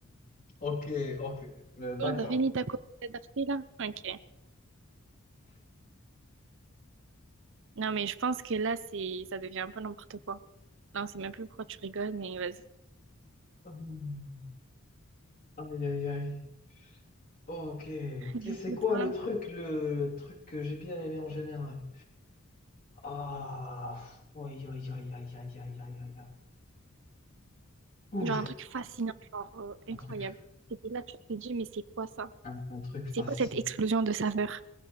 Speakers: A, on the left; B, on the right.
A: Ok, ok. Euh, d'accord.
B: Bon, t'as fini ta copie d'Arte là? Ok. Non, mais je pense que là, c'est, ça devient un peu n'importe quoi. Non, c'est même plus pourquoi tu rigoles, mais vas-y.
A: Hum, Aïe, aïe, aïe. Ok. Qu'est-
B: Écoute-moi.
A: C'est quoi le truc, le, le truc que j'ai bien aimé en général? Ah, aïe, aïe, aïe, aïe, aïe, aïe, aïe, aïe. aïe. Ouf,
B: Genre un truc fascinant, genre euh, incroyable.
A: un truc,
B: C'était là, tu te dis, mais c'est quoi ça?
A: un, un truc facile.
B: C'est quoi cette explosion de saveurs?